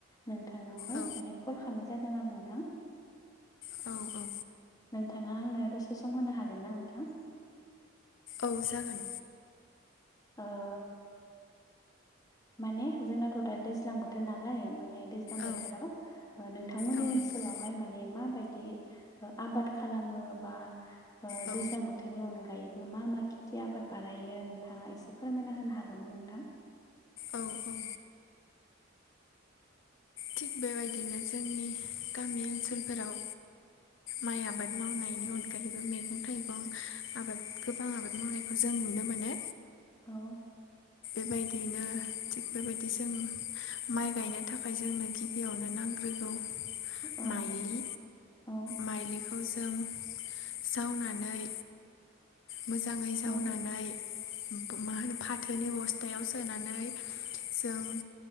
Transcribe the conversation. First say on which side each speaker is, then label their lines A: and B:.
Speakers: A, on the left (about 20°); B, on the left (about 70°).
A: नोंथांनावहाय
B: औ
A: माने कल खालामनाय जादों आरो नोंथां।
B: औ औ
A: नोंथाङा आंनो दसे सम होनो हागोन ना नोंथां।
B: औ जागोन।
A: <inaudible> माने जोंनाथ' दा दैज्लां बोथोर नालाय माने दैज्लां बोथोराव
B: औ
A: नोंथांमोननि
B: औ नोंथां
A: ओनसोलावहाय माने माबायदि आबाद खालामो बा
B: औ
A: दैज्लां बोथोरनि अनगायै बे मा मा खेथि आबाद बानायो नोंथाङा एसे फोरमायना होनो हागोन ना नोंथां।
B: औ औ। थिग बेबायदिनो जोंनि गामि ओनसोलफोराव माइ आबाद मावनायनि अनगायैबो मैगं थाइगं आबाद गोबां आबाद मावनायखौ जों नुनो मोनो
A: औ।
B: बेबायदिनो थिग बेबायदि जों माइ गायनो थाखाय जोंनो गि बेयावनो नांग्रोगौ
A: औ
B: माइलि
A: औ
B: माइलिखौ खौ जों जावनानै मोजाङै जावनानै
A: औ
B: मा होनो फाथोनि बस्थायाव सोनानै जों बे।